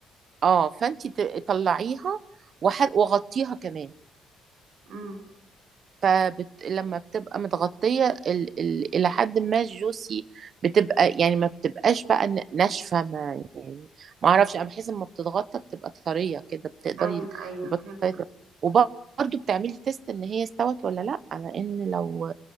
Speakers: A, on the right (about 55°); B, on the right (about 85°).
A: اه فانت ت- طلعيها وح- وغطيها كمان
B: امم
A: فبت... لما بتبقى متغطية ال... ال... إلى حد ما الجوسي بتبقى يعني ما بتبقاش بقى ن- ناشفة ما يعني ما أعرفش أنا بحس لما بتتغطى بتبقى طرية كده بتقدري
B: ايوه ايوه
A: البطاطا
B: فهمتك
A: تبقى- وبرضه بتعملي تيست إن هي استوت ولا لأ لأن لو